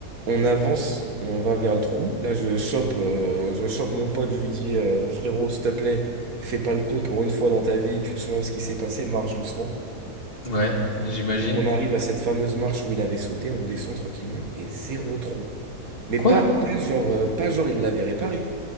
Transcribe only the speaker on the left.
Ouais. J'imagine.
Quoi?